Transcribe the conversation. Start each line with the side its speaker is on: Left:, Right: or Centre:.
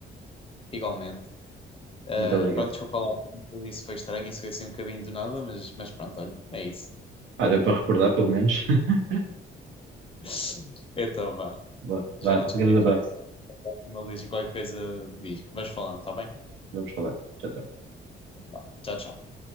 Left: Igualmente. Uh,
Right: Muito obrigado.
Left: pronto, desculpa lá, isso foi estranho, isso foi assim um bocadinho do nada, mas, mas pronto, olha, é isso.
Right: Ah, deu para recordar, pelo menos. <laughs>
Left: <laughs> Então vá,
Right: Boa, vá,
Left: já não te
Right: grande
Left: tenho
Right: abraço.
Left: mais. Uma luz e qualquer coisa diz. Vamos falando, tá bem?
Right: Vamos falar. Tchau, tchau.
Left: Vá, Tchau, tchau.